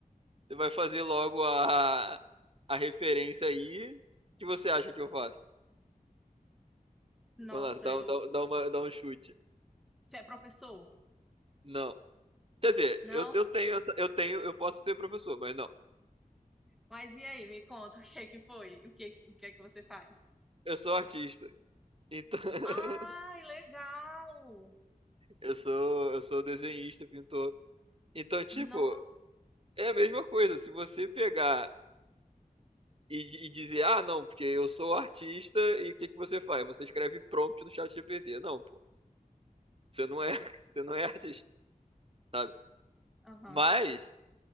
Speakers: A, on the right (about 40°); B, in the centre.
A: você vai fazer logo a, a referência aí. O que você acha que eu faço?
B: Nossa,
A: Vamos lá, dá,
B: eu.
A: um, dá, um, dá uma, dá um chute.
B: Você é professor?
A: Não. Quer dizer,
B: Não?
A: eu, eu tenho, essa- eu tenho, eu posso ser professor, mas não.
B: Mas e aí, me conta o que é que foi? O que, o que é que você faz?
A: Eu sou artista. Então, <laughs>
B: Ai, legal!
A: eu sou, eu sou desenhista, pintor. Então, tipo,
B: Nossa.
A: é a mesma coisa. Se você pegar e, e dizer, ah, não, porque eu sou artista e o que que você faz? Você escreve prompt no chat GPT. Não, pô. Você não é, <laughs> você não é artista, sabe?
B: Aham,
A: Mas